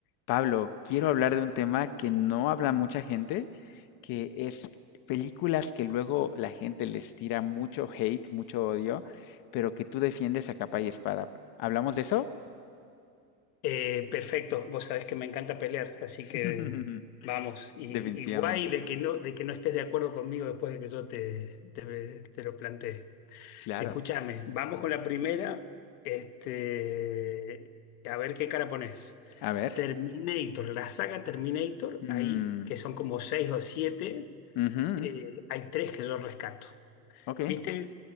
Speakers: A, on the left; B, on the left.
A: Pablo, quiero hablar de un tema que no habla mucha gente, que es películas que luego la gente les tira mucho hate, mucho odio, pero que tú defiendes a capa y espada. ¿Hablamos de eso?
B: Eh, perfecto, vos sabés que me encanta pelear, así
A: <laughs>
B: que vamos, y,
A: Definitivamente.
B: y guay de que no, de que no estés de acuerdo conmigo después de que yo te, te, te lo planteé.
A: Claro.
B: Escúchame, vamos con la primera, este, a ver qué cara pones.
A: A ver.
B: Terminator, la saga Terminator,
A: Mm,
B: ahí, que son como seis o siete,
A: ujú,
B: eh, hay tres que yo rescato.
A: Ok.
B: ¿Viste